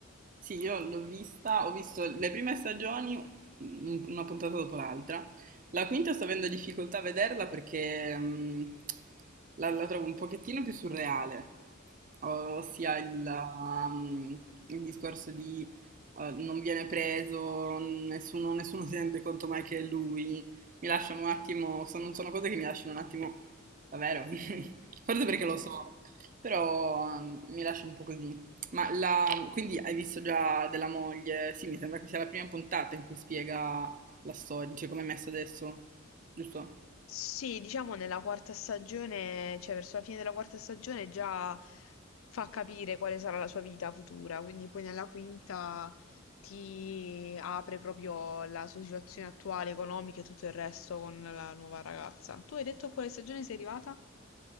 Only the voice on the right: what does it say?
Sì, io l'ho vista, ho visto le prime stagioni, un- una puntata dopo l'altra. La quinta sto avendo difficoltà a vederla perché mh, la, la trovo un pochettino più surreale, o- ossia
il, um, il discorso di eh, non viene preso, nessuno, nessuno si rende conto mai che è lui. Mi lasciano un attimo, sono, sono cose che mi lasciano un attimo, davvero, <laughs> forse
perché lo so, però mm, mi lascia un po' così. Ma la- quindi hai visto già della moglie? Sì, mi sembra che sia la prima puntata in cui spiega la storia, cioè come è messa adesso, giusto?